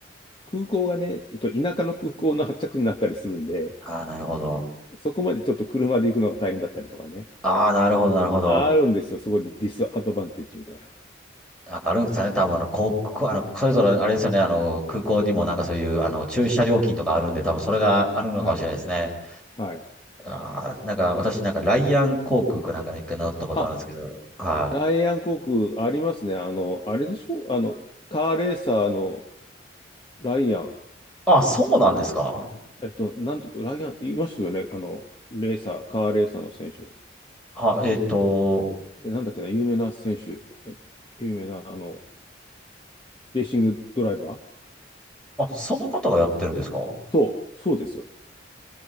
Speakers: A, on the left; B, in the centre.
A: 空港がね、ちょっと田舎の空港の発着になったりするんで、
B: ああ、なるほど。
A: そこまでちょっと車で行くのが大変だったりとかね。
B: ああ、なるほど、なるほど。
A: あるんですよ、そこでディスアドバンテージみたいなの
B: なんかあるんですかね、多分あの、航空あの、それぞれあれですよね、あの、空港にもなんかそういう、あの、駐車料金とかあるんで、多分それがあるのかもしれないですね。
A: が。はい。はい。
B: ああ、なんか私なんかライアン航空かなんかね、一回乗ったことあるんですけど、
A: あ、
B: はい。
A: ライアン航空ありますね。あの、あれでしょあの、カーレーサーのライアン。
B: あ、そうなんですか。
A: えっと、なんと、ライアン、いますよね。あの、レーサー、カーレーサーの選手。
B: は、えっと、
A: え、なんだっけな、有名な選手、え有名な、あの、レーシングドライバー
B: あ、その方がやってるんですか
A: そう、そうですよ。